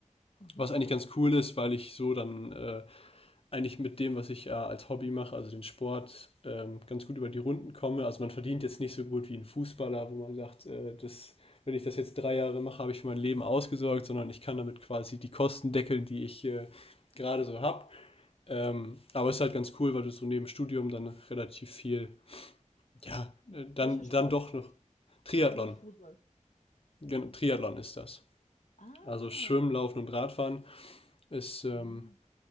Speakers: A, on the left (about 65°); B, on the left (about 45°).
A: Mhm.
B: was eigentlich ganz cool ist, weil ich so dann äh, eigentlich mit dem, was ich äh, als Hobby mache, also den Sport, ähm, ganz gut über die Runden komme. Also man verdient jetzt nicht so gut wie ein Fußballer, wo man sagt, äh, das, wenn ich das jetzt drei Jahre mache, habe ich für mein Leben ausgesorgt, sondern ich kann damit quasi die Kosten deckeln, die ich äh, gerade so habe. Ähm, aber es ist halt ganz cool, weil du so neben Studium dann relativ viel ja, äh, dann,
A: Welcher Sport
B: dann doch
A: ist es?
B: noch. Triathlon.
A: Wenn nicht Fußball.
B: Genau, Triathlon ist das.
A: Ah,
B: Also Schwimmen, Laufen und Radfahren ist ähm,
A: ah,